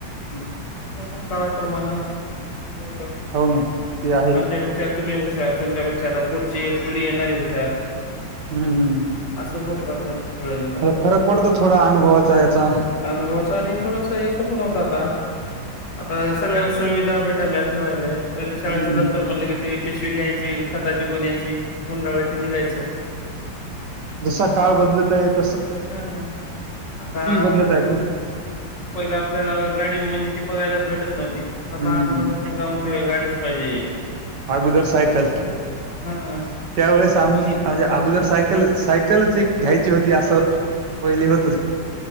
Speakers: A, on the left (about 70°); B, on the right (about 70°).
A: त्यांच्या मूळ काळाप्रमाण होत
B: हो ना, ते आहे.
A: आमच्यापेक्षा <unintelligible> तुम्ही हुशार तुमच्यापेक्षा आता पुढची पीडी येणारी हुशार
B: हं.
A: असंच होत रा हो का
B: फरक पडतो थोडा अनुभवाचा याचा
A: अनुभवाचा आणि थोडस हेच पण होत आता आता सगळ्या सुविधा भेटायल्यावा्हायला पहिले शाळेचं
B: हं.
A: दप्तर म्हणलं कि ते पिशवी घ्यायची खताची गन्याची गुंडाळायचं निघायचं
B: जसा काळ बदलत आहेत
A: ह आता
B: बदलत आहेत ना.
A: पहिले आपल्याला गाडी म्हणजे बघायला भेटत नाही आता
B: हं.
A: लहानपणी मुलगा म्हणतो गाडी पाहिजे
B: अगोदर सायकल त्यावेेळेस
A: हा
B: आम्ही म्हणजे अगोदर सायकलच सायकलच एक घ्यायची होती असं पहिले होत